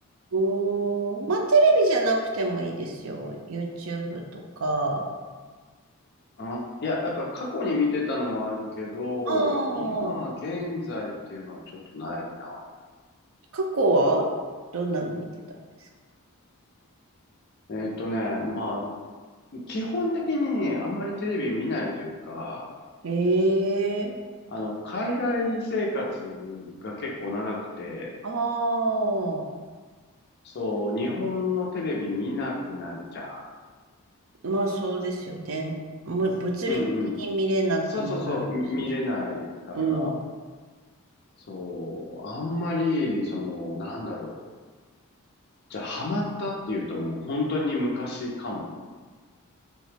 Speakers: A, on the right (about 60°); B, on the left (about 45°).
A: おー、まあ、テレビじゃなくてもいいですよ。YouTube とか。
B: あ、いや、なんか過去に見てたのはあるけど、
A: ああ、
B: 今、現在っていうのはちょっとないな。
A: 過去はどんなの見てたんですか
B: えっとね、まあ、基本的にあんまりテレビ見ないというか、
A: ええ
B: あの、海外生活が結構長くて、
A: ああー、
B: そう、日本のテレビ見なくなるじゃん。
A: まあそうですよね。む物理的に見れなくもなるし。
B: うんうん。そうそうそう、み見れないから、
A: うん。
B: そう、あんまり、その、なんだろう。じゃあ、ハマったっていうともう本当に昔かも。